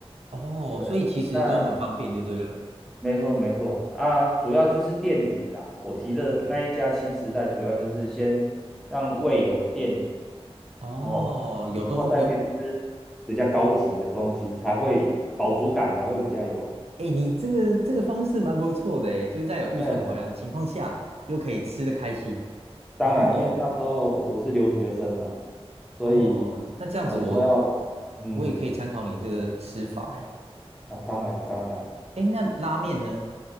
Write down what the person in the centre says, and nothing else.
对，
那没错没错啊，主要就是垫底啦。我提的那一家新时代，主要就是先让胃有个垫底
哦，
之后再去吃比较高级的东西，才会饱足感才会比较有。
嗯，
当然，
因为那时候我是留学生啊，所以我们都要，
嗯，
那、当然当然